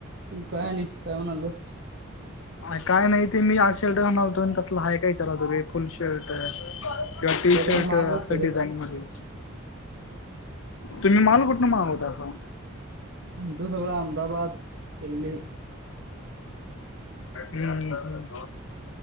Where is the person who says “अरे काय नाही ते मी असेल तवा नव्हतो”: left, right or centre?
Left